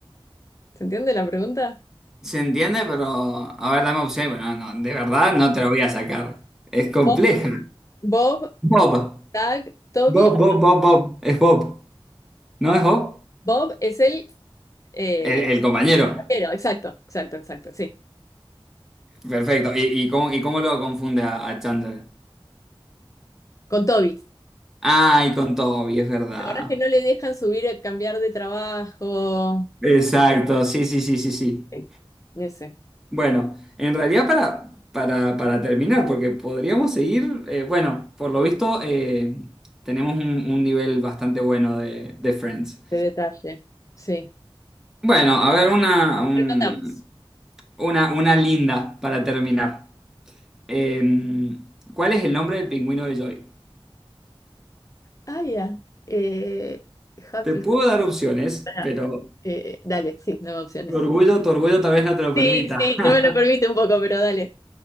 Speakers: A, on the left (about 35°); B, in the centre.
A: ¿Se entiende la pregunta?
B: Se entiende, pero. A ver, dame opciones. Bueno, no, no, de verdad no te lo voy a sacar. Es compleja.
A: Bob, Bob,
B: Bob.
A: Doug, Toby.
B: Bob, Bob, Bob, Bob. Es Bob. ¿No es Bob?
A: Bob es el eh,
B: El, el compañero.
A: vaquero, exacto, exacto, exacto, sí.
B: Perfecto. ¿Y, y cómo, y cómo lo confunde a, a Chandler?
A: Con Toby.
B: Ay, con Toby, es verdad.
A: ¿Te acordás que no le dejan subir, eh, cambiar de trabajo?
B: Exacto, sí, sí, sí, sí, sí.
A: Sí, ese.
B: Bueno, en realidad para, para, para terminar, porque podríamos seguir, eh, bueno, por lo visto eh, tenemos un, un nivel bastante bueno de, de Friends.
A: de detalle. Sí.
B: Bueno, a ver, una, un-
A: Rematamos.
B: una, una linda para terminar. Eh, ¿cuál es el nombre del pingüino de Joy?
A: Ah, ya. Eh, happy.
B: Te puedo dar opciones,
A: Pará.
B: pero
A: Eh, dale, sí, dame opciones.
B: tu orgullo, tu orgullo tal vez no te lo
A: Sí,
B: permita.
A: sí,
B: <laughs>
A: no me lo permite un poco, pero dale.